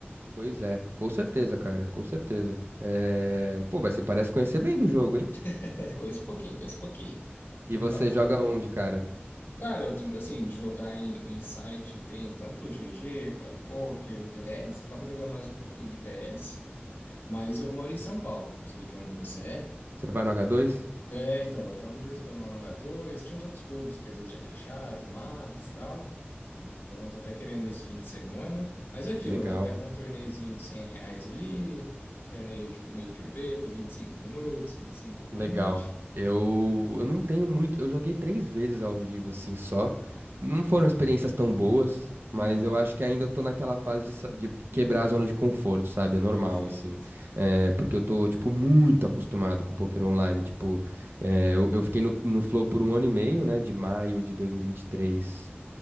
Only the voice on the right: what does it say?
Pois é, com certeza, cara, com certeza. É... Pô, mas você parece conhecer bem do jogo, hein?
E
você
joga
onde, cara?
Você vai no h dois
Legal.
Legal. Eu, eu não tenho muito. Eu joguei três vezes ao vivo, assim, só. Não foram experiências tão boas, mas
eu acho que ainda eu tô naquela fase de, sa- de quebrar a zona de conforto, sabe? É normal,
assim. É, porque eu tô, tipo, muito acostumado com poker online. Tipo, é, eu, eu fiquei no, no Flow por um ano e meio, né? De maio de dois mil e e vinte e três.